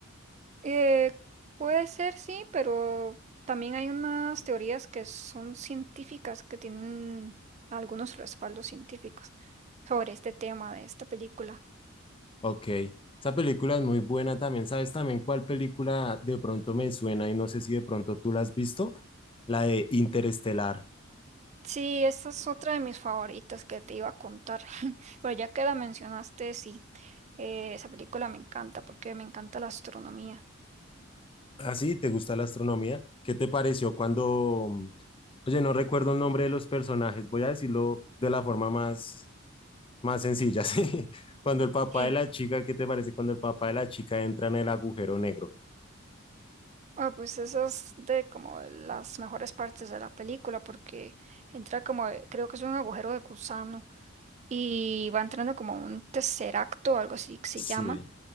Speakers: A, on the right; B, on the left.
A: Eh, puede ser, sí, pero también hay unas teorías que son científicas, que tienen algunos respaldos científicos sobre este tema de esta película.
B: Ok, esa película es muy buena también. ¿Sabes también cuál película de pronto me suena y no sé si de pronto tú la has visto? La de Interestelar.
A: Sí, esta es otra de mis favoritas que te iba a contar, <laughs> pero ya que la mencionaste, sí, eh, esa película me encanta porque me encanta la astronomía.
B: ¿Ah, sí? ¿Te gusta la astronomía? ¿Qué te pareció cuando... mm, Oye, no recuerdo el nombre de los personajes, voy a decirlo de la forma más, más sencilla, <laughs> ¿sí? Cuando el papá
A: Sí,
B: de la chica, ¿qué te parece cuando el papá de la chica entra en el agujero negro?
A: ah, pues esa es de como de las mejores partes de la película porque entra como, eh, creo que es un agujero de gusano y va entrando como un tesseracto o algo así que se
B: Sí,
A: llama